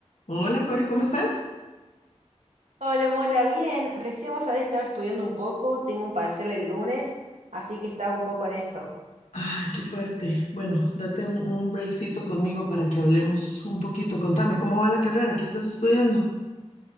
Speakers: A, on the left; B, on the right.
A: Hola Cori, ¿cómo estás?
B: Hola, Mora, bien. Recién vos sabés, estaba estudiando un poco, tengo un parcial el lunes, así que estaba un poco en eso.
A: Ay, qué fuerte. Bueno, date un, un breakcito conmigo para que hablemos un poquito. Contame, ¿cómo va la carrera? ¿Qué estás estudiando?